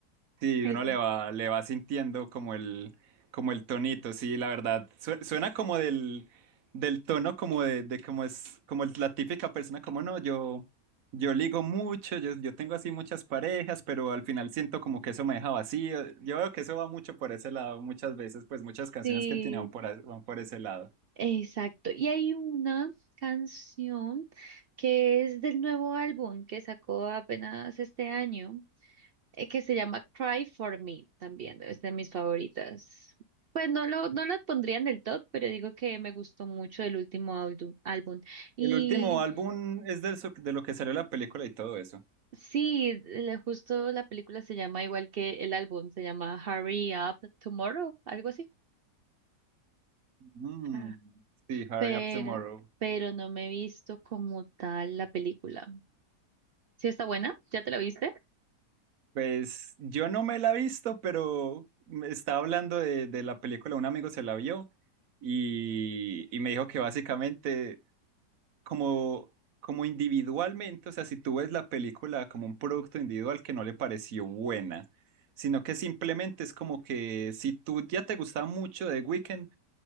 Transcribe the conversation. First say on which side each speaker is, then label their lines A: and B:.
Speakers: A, on the right; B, on the right.
A: Sí,
B: Es-
A: uno le va, le va sintiendo como el, como el tonito, sí, la verdad. Su- Suena como del, del tono como de, de como es, como es la típica persona, como no, yo, yo ligo mucho, yo, yo tengo así muchas parejas, pero al final siento como que eso me deja vacío. Yo veo que eso va mucho por ese lado, muchas veces, pues muchas canciones
B: sí,
A: que tiene van por, a- van por ese lado.
B: exacto. Y hay una canción que es del nuevo álbum que sacó apenas este año. eh, que se llama Cry for Me también, es de mis favoritas. Pues no lo, no lo pondría en el top, pero digo que me gustó mucho el último álbum. álbum. Y
A: El último álbum es del, su- de lo que salió la película y todo eso.
B: sí, le- justo la película se llama igual que el álbum, se llama Hurry Up Tomorrow, algo así.
A: Mm,
B: Ah,
A: sí, Hurry
B: Pero,
A: Up Tomorrow.
B: pero no me he visto como tal la película. ¿Sí está buena? ¿Ya te la viste?
A: Pues yo no me la he visto, pero me estaba hablando de, de la película, un amigo se la vio y, y me dijo que básicamente como, como individualmente, o sea, si tú ves la película como un producto individual que no le pareció buena, sino que simplemente es como que si tú ya te gustaba mucho de Weekend